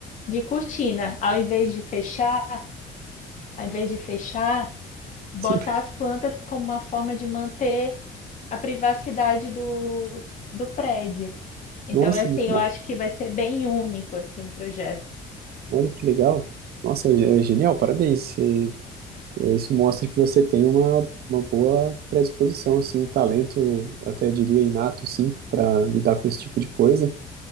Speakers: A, on the left; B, on the right.
A: de cortina. Ao invés de fechar, ao invés de fechar, botar
B: Sim.
A: as plantas como uma forma de manter a privacidade do, do prédio. Então,
B: Nossa,
A: é assim,
B: muito bom.
A: eu acho que vai ser bem único, assim, o projeto.
B: Olha que legal. Nossa, é é genial, parabéns. Você Isso mostra que você tem uma, uma boa predisposição, assim, um talento, até diria inato, sim, para lidar com esse tipo de coisa.